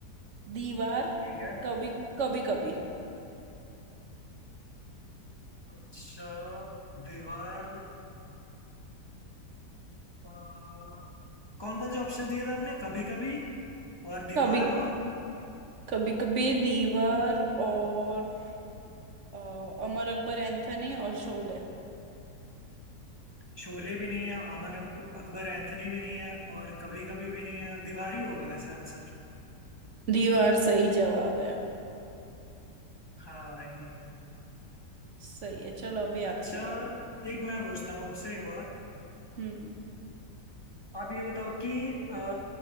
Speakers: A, on the right; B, on the left.
A: दीवार
B: ठीक है
A: कभी कभी कभी
B: अच्छा दीवार आ, कौन कौन से ऑप्शन दिए थे आपने कभी कभी और दीवार
A: कभी
B: और
A: कभी कभी दीवार और अ, अमर अकबर एंथनी और शोले
B: शोले भी नहीं है अमन अक, अकबर एंथनी भी नहीं है और कभी कभी भी नहीं है दीवार ही होगा वैसे आंसर
A: दीवार सही जवाब है
B: हाँ भाई
A: सही है चलो अभी
B: अच्छा
A: आपकी बारी
B: एक मैं पूछता हूँ आपसे एक और
A: हम्म
B: आप ये बताओ कि अ,